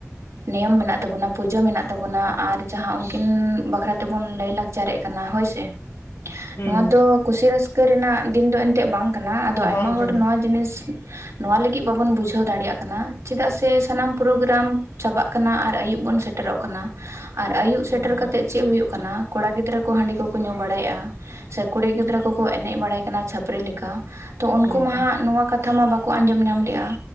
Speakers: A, on the right; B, on the left.
A: ᱱᱮᱭᱚᱢ ᱢᱮᱱᱟᱜ ᱛᱟᱵᱚᱱᱟ, ᱯᱩᱡᱟᱹ ᱢᱮᱱᱟᱜ ᱛᱟᱵᱚᱱᱟ, ᱟᱨ ᱡᱟᱦᱟᱸ ᱩᱱᱠᱤᱱ ᱵᱟᱠᱷᱨᱟ ᱛᱮᱵᱚᱱ ᱞᱟᱹᱭ ᱞᱟᱠᱪᱟᱨᱮᱜ ᱠᱟᱱᱟ ᱦᱚᱭᱥᱮ,
B: ᱦᱩᱸ
A: ᱱᱚᱣᱟ ᱫᱚ ᱠᱩᱥᱤ ᱨᱟᱹᱥᱠᱟᱹ ᱨᱮᱱᱟᱜ ᱫᱤᱱ ᱫᱚ ᱛᱮᱜ ᱵᱟᱝ ᱠᱟᱱᱟ ᱟᱫᱚ
B: ᱵᱟᱝ
A: ᱟᱭᱢᱟ ᱦᱚᱲ
B: ᱠᱟᱱᱟ
A: ᱱᱚᱣᱟ ᱡᱤᱱᱤᱥ ᱱᱚᱣᱟ ᱞᱟᱹᱜᱤᱜ ᱵᱟᱵᱚᱱ ᱵᱩᱡᱷᱟᱹᱣ ᱫᱟᱲᱮᱭᱟᱜ ᱠᱟᱱᱟ ᱪᱮᱫᱟᱜ ᱥᱮ ᱥᱟᱱᱟᱢ ᱯᱨᱚᱜᱨᱟᱢ ᱪᱟᱵᱟᱜ ᱠᱟᱱᱟ ᱟᱨ ᱟᱭᱩᱵ ᱵᱚᱱ ᱥᱮᱴ ᱴᱮᱨᱚᱜ ᱠᱟᱱᱟ, ᱟᱨ ᱟᱭᱩᱵ ᱥᱮᱴᱮᱨ
B: ᱦᱩᱸ
A: ᱠᱟᱛᱮᱜ ᱪᱮᱜ ᱦᱩᱭᱩᱜ ᱠᱟᱱᱟ, ᱠᱚᱲᱟ ᱜᱤᱫᱽᱨᱟᱹ ᱠᱚ ᱦᱟᱺᱰᱤ ᱠᱚᱠᱚ ᱧᱩ ᱵᱟᱲᱟᱭᱮᱜᱼᱟ, ᱥᱮ ᱠᱩᱲᱤ ᱜᱤᱫᱽᱨᱟᱹ ᱠᱚᱠᱚ ᱮᱱᱮᱜ ᱵᱟᱲᱟᱭ ᱠᱟᱱᱟ ᱪᱷᱟᱹᱯᱨᱤ ᱞᱮᱠᱟ᱾ ᱛᱚ ᱩᱱᱠᱩ
B: ᱦᱩᱸ
A: ᱢᱟᱦᱟᱸᱜ
B: ᱦᱩᱸ
A: ᱱᱚᱣᱟ ᱠᱟᱛᱷᱟ ᱢᱟ ᱵᱟᱠᱚ ᱟᱸᱡᱚᱢ ᱧᱟᱢ ᱞᱮᱜᱼᱟ,